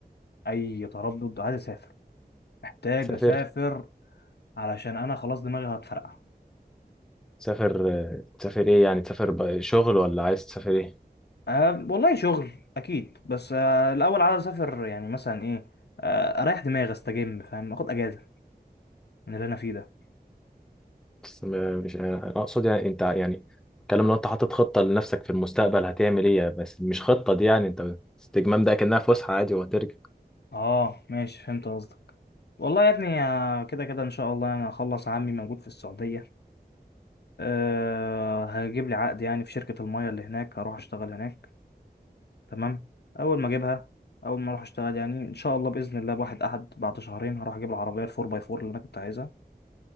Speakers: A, on the left; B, in the centre.
A: اي تردد عايز اسافر محتاج
B: تسافر
A: اسافر علشان انا خلاص دماغي هتفرقع
B: تسافر آه، تسافر ايه يعني تسافر بقى شغل ولا عايز تسافر ايه
A: أه والله شغل اكيد بس أه الاول عايز اسافر يعني مثلا ايه أه اريح دماغي استجم فاهم اخد اجازه من اللي انا فيه ده
B: بس ما- مش انا اقصد يعني انت يعني الكلام لو انت حاطط خطة لنفسك في المستقبل هتعمل ايه بس مش خطة دي يعني انت استجمام ده كأنها فسحة عادي وهترجع
A: اه ماشي فهمت قصدك والله يا ابني آه، كده كده ان شاء الله انا هخلص عمي موجود في السعوديه أه هجيب لي عقد يعني في شركة المية اللي هناك هروح أشتغل هناك تمام أول ما أجيبها أول ما أروح أشتغل يعني إن شاء الله بإذن الله بواحد أحد بعد شهرين هروح أجيب العربية الفور باي فور اللي أنا كنت عايزها